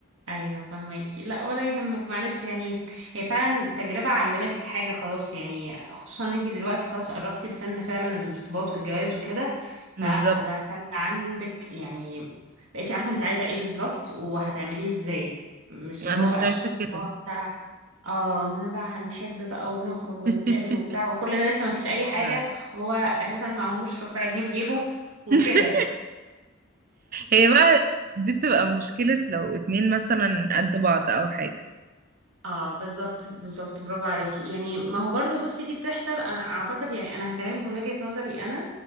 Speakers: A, on the right; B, on the right.
A: ايوه فهماكي لا ولا يهمك معلش يعني هي فعلا تجربه علمتك حاجه خلاص يعني خصوصا ان انتي دلوقتي خلاص قربتي لسن فعلا الارتباط والجواز وكده
B: بالظبط
A: فلا ده خلق عندك يعني بقيتي عارفه انتي عايزه ايه بالظبط وهتعمليه ازاي مش
B: انا
A: اللي هو
B: شايفة
A: بقى الشغل اللي
B: كده
A: هو بتاع اه ان انا بقى هنحب بقى ونخرج ونتقابل
B: <laughs>
A: وبتاع وكل ده لسه مفيش اي حاجه
B: لا لا
A: وهو اساسا معهوش ربع جنيه في جيبه وكده
B: <laughs> هي بقى دي بتبقى مشكلة لو اتنين مثلا قد بعض أو حاجة
A: اه بالظبط بالظبط برافو عليكي يعني ما هو برضو بصي دي بتحصل انا اعتقد يعني انا هكلمك من وجهة نظري انا